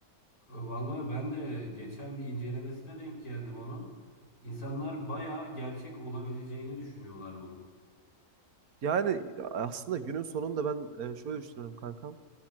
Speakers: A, on the left (about 75°); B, on the right (about 75°).
A: valla ben de geçen bir incelemesine denk geldim onun. İnsanlar bayağı gerçek olabileceğini düşünüyorlar bunun.
B: Yani aslında günün sonunda ben e, şöyle düşünüyorum kankam.